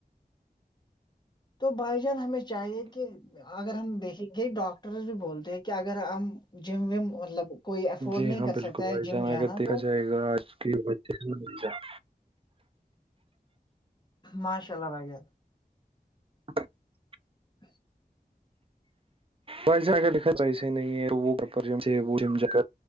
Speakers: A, on the left (about 25°); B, on the right (about 35°).
A: تو بھائی جان ہمیں چاہیے کہ اگر ہم دیکھے گ ڈاکٹر بھی بولتے کہہ اگر ہم جم وم مطلب کوئی افورڈ
B: جی
A: نہیں
B: ہاں
A: کر
B: بالکل
A: سکتا
B: بھائی
A: ہے جم
B: جان
A: جانا
B: اگر دیکھا
A: تو
B: جائے گا آج کے ب مل جائے
A: ماشاء اللہ بھائی جان
B: <inaudible>
A: <inaudible>
B: ویسا کر لکھا ویسے ہی نہیں ہے وہ وہ ج ج